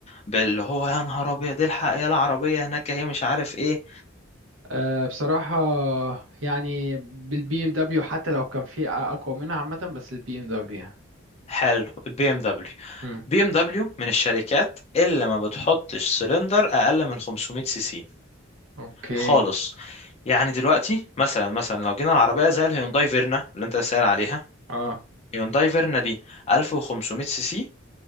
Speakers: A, on the left; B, on the right.
A: باللي هو يا نهار ابيض إيه الحق يا العربية هناك هي مش عارف ايه
B: آه بصراحة يعني بالبي ام دبليو حتى لو كان في اقوى منها عامة بس البي ام دبليو يعني
A: فحلو البي ام دبليو
B: مم.
A: بي ام دبليو من الشركات اللي ما بتحطش سلندر اقل من 500 سي سي
B: اوكي
A: خالص يعني دلوقتي مثلا مثلا لو جينا العربيه زي الهيونداي فيرنا اللي انت سائل عليها
B: اه
A: هيونداي فيرنا دي 1500 سي سي